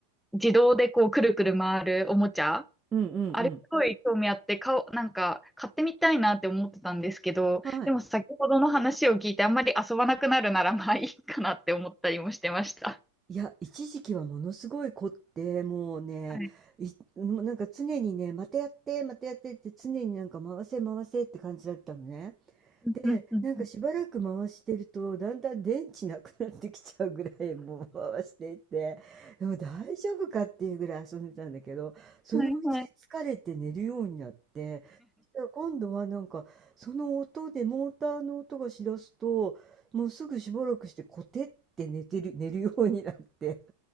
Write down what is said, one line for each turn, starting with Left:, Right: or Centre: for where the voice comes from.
Centre: 自動でこうくるくる回るおもちゃ。
Right: うんうんうん。
Centre: あれすごい興味あって、かおう、なんか買ってみたいなって思ってたんですけど、
Right: はい。
Centre: でも先ほどの話を聞いてあんまり遊ばなくなるならまあいいかなって思ったりもしてました。
Right: いや、一時期はものすごい凝って、もうね、
Centre: はい。
Right: いもうなんか常にね、またやって、またやってって常になんか回せ回せって感じだったのね。
Centre: うんうんうんうん
Right: なんかしばらく回してると、だんだん電池なくなってきちゃうぐらいもう回していって、でも大丈夫かっていうぐらい遊んでたんだけど、そのうち疲れて寝るようになって、
Centre: はいはい。
Right: そしたら今度はなんかその音でモーターの音がしだすと、もうすぐしばらくしてコテって寝てる、寝るようになって。